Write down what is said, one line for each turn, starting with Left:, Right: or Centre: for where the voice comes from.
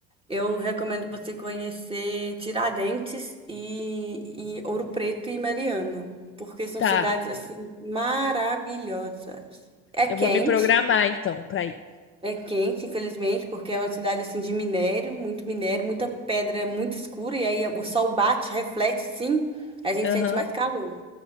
Right: Eu recomendo você conhecer Tiradentes e, e Ouro Preto e Mariana, porque são
Left: tá,
Right: cidades assim maravilhosas. É quente,
Left: eu vou me programar então pra ir.
Right: é quente, infelizmente, porque é uma cidade assim de minério, muito minério, muita pedra, muito escura e aí o sol bate, reflete, sim, a gente
Left: Aham.
Right: sente mais calor.